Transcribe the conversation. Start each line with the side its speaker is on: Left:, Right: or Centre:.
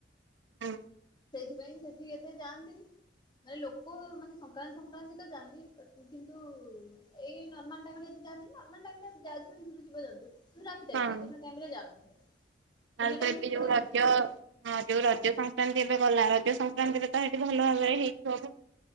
Right: <inaudible>
Left: ସେଇଥିପାଇଁ ସେଠିକି ଏତେ ଯାଆନ୍ତିନି। ମାନେ ଲୋକ ମାନେ ସଂକ୍ରାନ୍ତି ସଂକ୍ରାନ୍ତି ତ ଯାଆନ୍ତି କିନ୍ତୁ ଏଇ ନ ମାଲ୍ ଟାଇମ୍ ରେ ଏତେ ଯାନ୍ତିନି ନର୍ମାଲ ଟାଇମ୍ ଯାଉଥିବେ ଜୀବଜନ୍ତୁ କିନ୍ତୁ ରାତିା ଟାଇମ୍
Right: ହଁ।
Left: ରେ ଦିନ ଟାଇମ୍ ରେ ଯାଉନଥିବେ।
Right: <unintelligible>
Left: ଦିନ ଟାଇମରେ ସେପଟେ
Right: ଯୋଉ ରଜ ହଁ ଯୋଉ ରଜ ସଂକ୍ରାନ୍ତି ଏବେ ଗଲା ରଜ ସଂକ୍ରାନ୍ତିରେ ତ ହେଠି ଭଲ ଭାବରେ ହେଇଥିବ ବହୁ